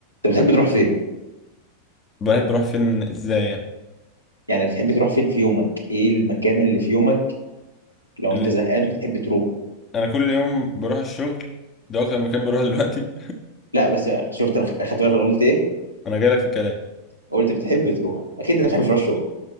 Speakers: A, on the left; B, on the left.
A: انت بتحب تروح فين
B: بحب بروح فين ازاي يعني
A: يعني بتحب تروح فين في يومك ايه المكان اللي في يومك لو
B: ال-
A: انت زهقان بتحب تروحه
B: انا كل يوم بروح الشغل ده اكتر مكان بروحه دلوقتي
A: لا بس شفت انا خ- خدت بالك انا قلت ايه
B: <laughs> انا جايلك في الكلام
A: قلت بتحب تروح اكيد انت بتحب تروح الشغل